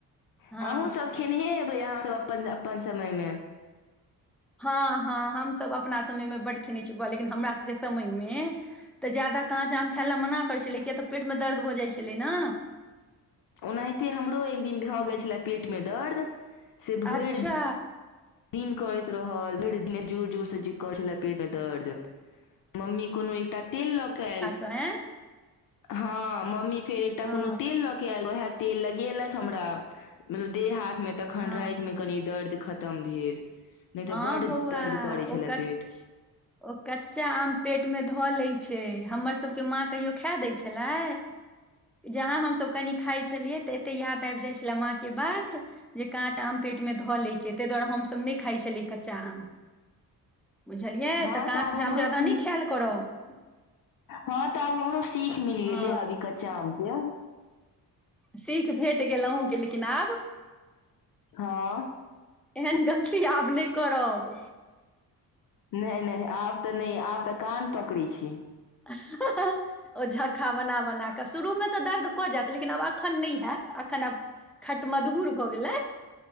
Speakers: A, on the left; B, in the centre.
A: अहूँ
B: हँ
A: सब खेनहे हेबै यहाँ सब अपन अपन समय मे
B: हँ हँ हमसभ अपना समयमे बड्ड खेने छ लेकिन हमरा सभके समयमे तऽ ज्यादा काँच आम खायइ ल मना करै छलै किया तऽ पेट मे दर्द भऽ जाइत छलै ने
A: ओनाहिते हमरो एक दिन भऽ गेल छलए पेटमे दर्द से भरि
B: अच्छा
A: दिन करैत रहल भ जोर जोर से जें करैय छलै पेट मे दर्द मम्मी कोनो एकटा तेल लऽ के आयल
B: आँय
A: हँ मम्मी फेर एकटा
B: हँ
A: कोनो तेल लऽ के आयल उएहे तेल लगेलक हमरा मतलब देह हाथ मे तखन
B: हँ
A: राति मे कनी दर्द खतम भेल नहि
B: हँ
A: तऽ बड्ड
B: बौआ
A: दर्द करै छलै
B: ओ कच
A: पेट
B: ओ कच्चा आम पेट मे धऽ लैत छै हमर सबके माँ कहियो खा दै छलै जहाँ हमस कनि खाइ छलियै तऽ एते याद आबि जाइ छलै माँ के बात जे काँच आम पेटमे धऽ लैत छै ताहि दुआरे हमसभ नहि खाइ छलियै कच्चा आम बुझलियै
A: हँ
B: तऽ काम
A: आब हमरो
B: जाम जादा
A: सीख
B: नहि खायल करब
A: हँ तऽ आब हमरो सीख मिल गेलै
B: हँ
A: आब ई कच्चा आम के
B: सीख भेट गेल अहुँ के लेकिन आब
A: हँ
B: एहन गलती आब नहि करब
A: नहि नहि आब तऽ नहि आब तऽ कान पकड़ै छी
B: हँ हहह ओ झक्का बना बना कऽ शुरूमे तऽ दर्द कऽ जायत लेकिन आब एखन नहि हयत एखन आब खट मधुर भऽ गेलै